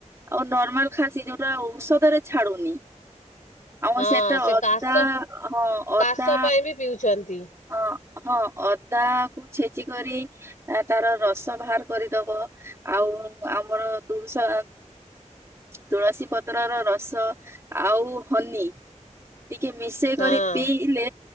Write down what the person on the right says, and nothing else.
ଆଉ ନର୍ମାଲ୍ ଖାସି ଯଉଟା ଔଷଧରେ ଛାଡୁନି ଆମର
ସେଟା
ଅଦା
ହଁ ଅଦା
ଅ ହଁ ଅଦା କୁ ଛେଚି କରି ଆ ତାର ରସ ବାହାର କରିଦବ ଆଉ ଆମର ତୁଳୁସା ତୁଳସୀ ପତ୍ରର ରସ ଆଉ ହନି ଟିକେ ମିଶେଇ
କରି ପିଇଲେ